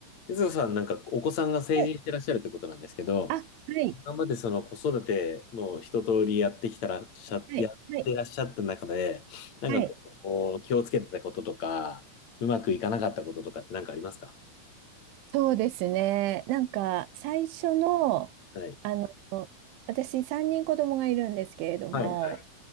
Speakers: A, on the left (about 40°); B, on the right (about 85°).
A: ゆずこさんなんかお子さんが成人してらっしゃるってことなんですけど、
B: はいあ、はい、
A: 今までその子育てもう一通りやってきたらっしゃ、
B: はい、
A: やってらっしゃった中で、
B: はい、
A: なんかこう、
B: はい。
A: 気をつけてたこととか、うまくいかなかったこととかって何かありますか
B: そうですね。なんか、最初の、
A: はい。
B: あの、私、3人子供がいるんですけれども、
A: はい。はい。